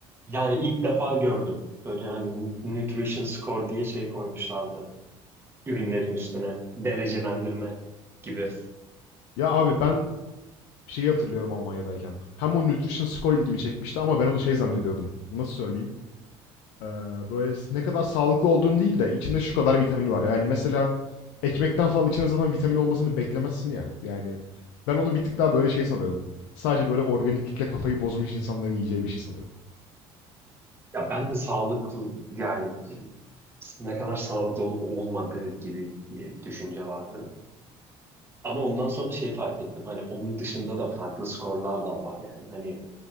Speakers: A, on the right; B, on the left.
A: Yani ilk defa gördüm. Böyle hani nutrition score diye şey koymuşlardı. Ürünlerin üstüne. Derecelendirme gibi.
B: Ya abi ben şeyi hatırlıyorum Almanya'dayken. Hem o nutrition score ilgimi çekmişti ama ben onu şey zannediyordum. Nasıl söyleyeyim? Ee, böyle ne kadar sağlıklı olduğun değil de içinde şu kadar vitamin var. Yani mesela ekmekten falan içinde zaten vitamin olmasını beklemezsin ya. Yani ben onu bir tık daha böyle şey sanıyordum. Sadece böyle organiklikle kafayı bozmuş insanların yiyeceği bir şey sanıyordum.
A: Ya ben de sağlıklı yani ne kadar sağlıklı olup olmadığı gibi bir düşünce vardı. Ama ondan sonra şey fark ettim. Hani onun dışında da farklı skorlar da var yani. Hani